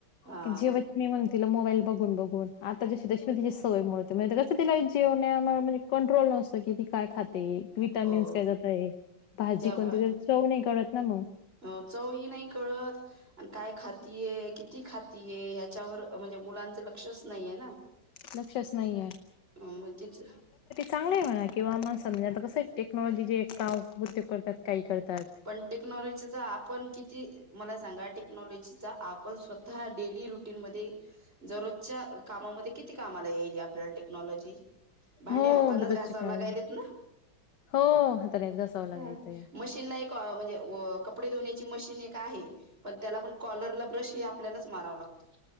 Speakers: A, on the right; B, on the left.
A: हा
B: की जेवत नाही म्हणती मोबाईल बघून बघून आता जशी जशी तची सवय मोडते कसं तिला जेवण्या म्हजे कंट्रोल नसतो की ती काय खाते, व्हिटामिन्स
A: हो
B: काय जातंय भाजी
A: तेव्हा
B: कोणती? तरी चव नाही कळतं ना मग
A: हो चवही नाही कळत आणि काय खातीये किती खातीये ह्याच्यावर म्हणजे मुलांच लक्षच नाहीय ना
B: लक्षच नाहीये
A: मग तिच
B: चांगलं आहे म्हणा किंवा माणसांमध्ये आता कसं आहे टेक्नॉलॉजी जे का काम, उद्योग करतात काही करत
A: पण टेक्नॉलॉजीचा आपण किती मला सांगा टेक्नॉलॉजीचा आपण स्वतः हा डेली रुटीन मध्ये दररोजच्या कामामध्ये किती कामाला येईल? हि आपल्याला टेक्नॉलॉजी भांडे
B: हो
A: हातानच
B: दररोजचे
A: घासावं
B: काय
A: लागायलेत ना?
B: हो हातानेच घासावं लागायचंय
A: ह मशीन ला म्हणजे कपडे धुण्याची मशीन एक आहे, पण त्याला पण कॉलरला ब्रश हे आपल्यालाच मारावं लागतो.